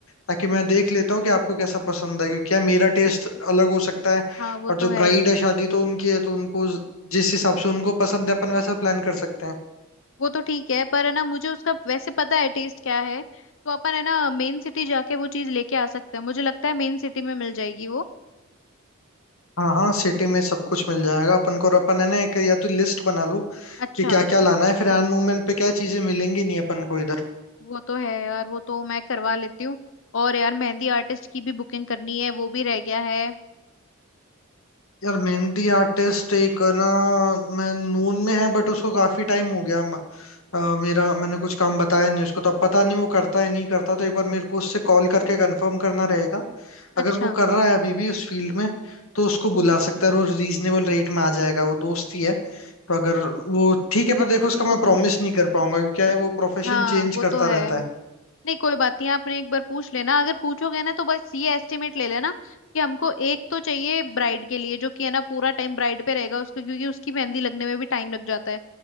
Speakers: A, on the left; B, on the left.
A: ताकि मैं देख लेता हूँ कि आपको कैसा पसंद है क्योंकि क्या मेरा टेस्ट अलग हो सकता है
B: हाँ वो
A: और
B: तो
A: जो
B: है
A: ब्राइड है शादी तो उनकी है तो उनको जिस हिसाब से उनको पसंद है अपन वैसा प्लान कर सकते हैं
B: वो तो ठीक है पर है ना मुझे उसका वैसे पता है टेस्ट क्या है तो अपन है ना मेन सिटी जाके वो चीज लेके आ सकते हैं मुझे लगता है मेन सिटी में मिल जाएगी वो
A: हाँ हाँ सिटी में सब कुछ मिल जाएगा अपन को और अपन है ना एक या तो लिस्ट बना लो
B: अच्छा
A: कि क्या क्या लाना है फिर हैंड मूवमेंट पे क्या चीजें मिलेंगी नहीं अपन को इधर
B: वो तो है यार वो तो मैं करवा लेती हूँ और यार मेहंदी आर्टिस्ट की भी बुकिंग करनी है वो भी रह गया है
A: यार मेहंदी आर्टिस्ट एक ना मैं नून में है बट उसको काफी टाइम हो गया म- अ, मेरा मैंने कुछ काम बताया नहीं उसको तो अब पता नहीं वो करता है नहीं करता तो एक बार मेरे को उससे कॉल करके कंफर्म करना रहेगा अगर
B: अच्छा
A: वो कर रहा है अभी भी उस फील्ड में तो उसको बुला सकता है और रीजनेबल रेट में आ जाएगा वो दोस्त ही है तो अगर वो ठीक है पर देखो उसका मैं प्रॉमिस नहीं कर पाऊंगा क्योंकि क्या है वो प्रोफेशन
B: हाँ
A: चेंज
B: वो तो
A: करता
B: है
A: रहता है
B: नहीं कोई बात नहीं आपने एक बार पूछ लेना अगर पूछोगे ना तो बस ये एस्टिमेट ले लेना कि हमको एक तो चाहिए ब्राइड के लिए जो कि है ना पूरा टाइम ब्राइड पे रहेगा उसको क्योंकि उसकी मेहंदी लगने में भी टाइम लग जाता है